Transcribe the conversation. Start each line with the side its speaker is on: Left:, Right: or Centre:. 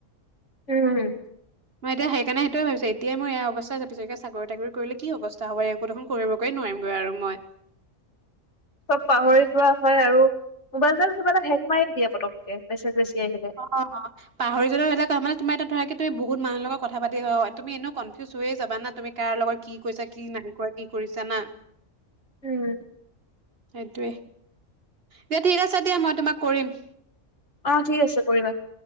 Left: উম।
Right: মই এতিয়া সেইকাৰণে সেইটোৱে ভাবিছোঁ এতিয়া মই এইয়া অৱস্থা পিছতকে চাকৰি তাকৰি কৰিলে কি অৱস্থা হ'ব একোবোৰ দেখোন কৰিবকৈ নোৱাৰিম গৈ আৰু মই।
Left: চব পাহৰি যোৱা হয় আৰু মোৱাইল ডাল কিবা এটা হেং মাৰি দিয়া পতকে মেচেজ বেছি আহিলে।
Right: অ হ। পাহৰি যদি বেলেগ কথা মানে তোমাৰ এটা ধৰা কি তুমি বহুত মানুহ লগত কথাপাতি হয় তুমি এনেও কনফিউজ হৈয়ে যাবা ন। তুমি কাৰ লগত কি কৈছা কি নাই কৰা কি কৰিছা না।
Left: উম।
Right: সেইটোৱে দিয়া ঠিক আছে দিয়া মই তোমাক কৰিম।
Left: অ ঠিক আছে কৰিবা।